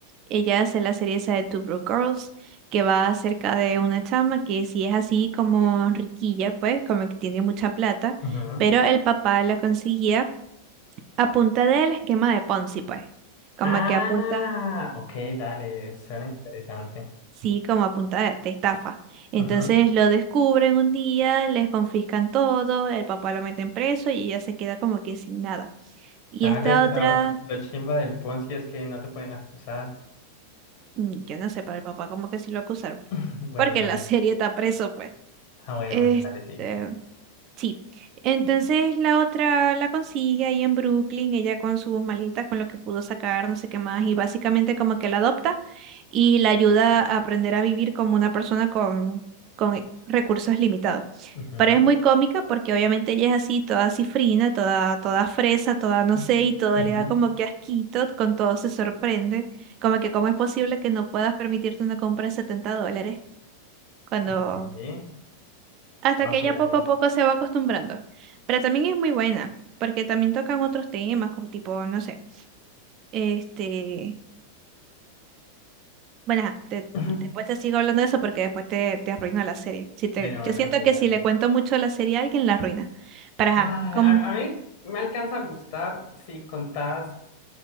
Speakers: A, on the right; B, on the left.
A: Ella hace la serie esa de Two Broke Girls, que va acerca de una chama que sí es así como riquilla, pues, como que tiene mucha plata,
B: Ujú.
A: pero el papá la conseguía a punta del esquema de Ponzi, pues. Como
B: Ah,
A: que apunta,
B: ok, dale, suena interesante.
A: Sí, como a punta de de estafa. Entonces
B: Ujú.
A: lo descubren un día, les confiscan todo, el papá lo meten preso y ella se queda como que sin nada. Y
B: Dale,
A: esta
B: pero
A: otra,
B: lo chimba del Ponzi es que no te pueden acusar.
A: mm, yo no sé, para el papá como que sí lo acusaron,
B: <laughs> Bueno,
A: porque
B: dale.
A: en la <laughs> serie está preso, pues.
B: Ah, bueno,
A: Este,
B: bueno, dale, sigue.
A: Sí, entonces la otra la consigue ahí en Brooklyn, ella con sus maletas, con lo que pudo sacar, no sé qué más, y básicamente como que la adopta y la ayuda a aprender a vivir como una persona con, con eh, recursos limitados.
B: Ujú.
A: Pero es muy cómica porque obviamente ella es así, toda cifrina, toda, toda fresa, toda no
B: <laughs>
A: sé, y toda
B: Ujú.
A: le da como que asquito, con todo se sorprende, como que cómo es posible que no puedas permitirte una compra de 70 dólares cuando
B: Ok. sí.
A: hasta
B: Ah,
A: que
B: sí,
A: ella
B: dale.
A: poco a poco se va acostumbrando. Pero también es muy buena, porque también tocan otros temas, como tipo, no sé, este, bueno, ajá, te-
B: <laughs>
A: después te sigo hablando de eso porque después te, te arruina la serie. Si te,
B: Bueno, bueno,
A: yo siento
B: sí,
A: que
B: dale.
A: si le cuento mucho la serie a alguien, la arruina. Para, ajá,
B: Ay,
A: con,
B: a, a mí me alcanza a gustar si contás